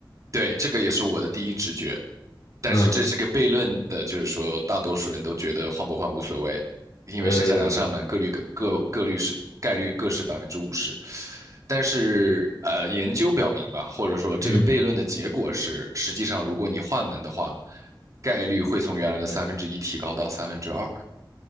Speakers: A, on the right; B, on the left.
A: 对，这个也是我的第一直觉。但是这是个悖论的，
B: 嗯，
A: 就是说大多数人都觉得换不换无所谓，因为剩下两扇门各率各各各率是概率各是百分之五十。
B: 呃，
A: 但是呃，研究表明吧，或者说这个悖论的结果是，
B: 嗯，
A: 实际上如果你换门的话，概率会从原来的三分之一提高到三分之二。